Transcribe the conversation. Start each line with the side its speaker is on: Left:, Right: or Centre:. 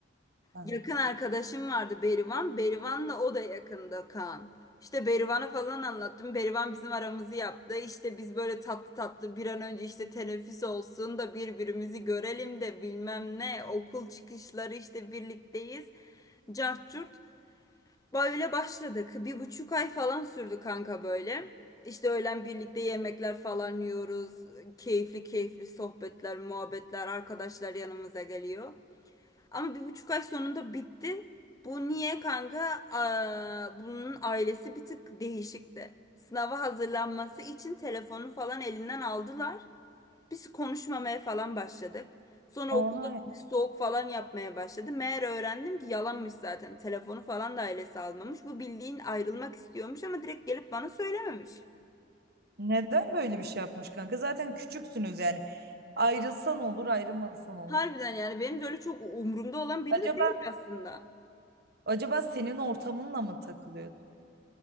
Right: Aha.
Left: Yakın arkadaşım vardı Berivan. Berivan'la o da yakında Kaan. İşte Berivan'a falan anlattım. Berivan bizim aramızı yaptı. İşte biz böyle tatlı tatlı bir an önce işte teneffüs olsun da birbirimizi görelim de bilmem ne. Okul çıkışları işte birlikteyiz. Cart curt. Böyle başladık. Bir buçuk ay falan sürdü kanka böyle. İşte öğlen birlikte yemekler falan yiyoruz. Keyifli keyifli sohbetler, muhabbetler, arkadaşlar yanımıza geliyor. Ama bir buçuk ay sonunda bitti. Bu niye kanka? Aa, bunun ailesi bir tık değişikti. Sınava hazırlanması için telefonu falan elinden aldılar. Biz konuşmamaya falan başladık. Sonra
Right: Oha.
Left: okulda bir soğuk falan yapmaya başladı. Meğer öğrendim ki yalanmış zaten. Telefonu falan da ailesi almamış. Bu bildiğin ayrılmak istiyormuş ama direkt gelip bana söylememiş.
Right: Neden böyle bir şey yapmış kanka? Zaten küçüksünüz yani. Ayrılsan olur, ayrılmasan olur.
Left: Harbiden yani benim böyle çok umurumda olan biri
Right: Acaba
Left: de değil aslında.
Right: acaba senin ortamınla mı takılıyordu?